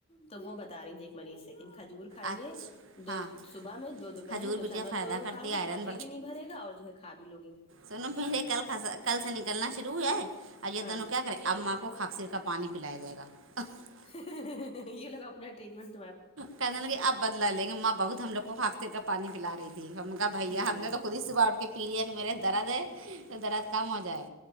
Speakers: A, on the left (about 25°); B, on the right (about 60°).
A: تو وہ بتا رہی تھھی ایک مریض سےن کھجور کھائیے
B: اچھا
A: دو
B: ہاں
A: صبح میں دو دوپہر
B: کھجور
A: میں دو
B: پٹیا
A: شام
B: فائدہ
A: دو دو
B: کرتی
A: کھاؤ
B: ہے
A: گے
B: آئرن
A: تمہا دل بھی نہیں بھرے گا اور جو کھا بھی لوگیوں <inaudible>
B: سن میرے کل خاسا کل سے نکلنا شرو ہویا ہے اجے
A: ہاں
B: توں کیا خے اماں کو کھااکسیر کا پانی پلایا جائے گا <inaudible>
A: یہ لوگ اپپنار ٹریٹمینٹ <inaudible>
B: کہنے لگی اب بدلا لیں گے ماں بہت ہم لوگ کو پھانکتی کر پانی پلا رہی تھی ہما بھیا
A: ہوں
B: ہم نے تو خود سواڑ کے <inaudible> پی لیا کہ میرے درد ہے تو درد کم ہو جائے